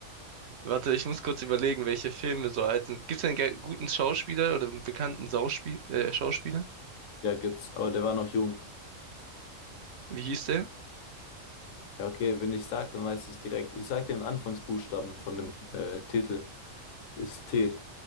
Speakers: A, on the right; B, on the left.
A: Warte, ich muss kurz überlegen, welche Filme so alt sind. Gibt's einen ge- guten Schauspieler oder einen bekannten Sauspie äh, Schauspieler?
B: Ja, gibt's, aber der war noch jung.
A: Wie hieß der?
B: Ja, okay, wenn ich sag, dann weißt du es direkt. Ich sag dir den Anfangsbuchstaben von dem äh, Titel. Ist T.